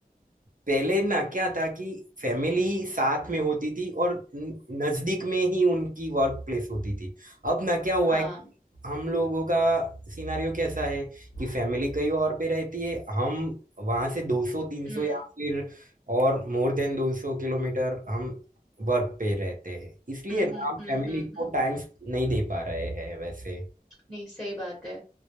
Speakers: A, on the right; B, on the left.
A: पहले ना क्या था कि फैमिली साथ में होती थी और न- नजदीक में ही उनकी वर्क प्लेस होती थी अब ना क्या हुआ
B: हाँ
A: है हम लोगों का सिनारियो कैसा है कि फैमिली कहीं और पे रहती है हम वहां से 200 300
B: हम्म
A: या फिर और मोर देन 200 किलोमीटर हम वर्क पे रहते हैं इसलिए
B: हम्म
A: ना
B: हम्म
A: हम
B: हम्म
A: फैमिली
B: हम्म हम्म।
A: को टाइम नहीं दे पा रहे हैं वैसे
B: नहीं सही बात है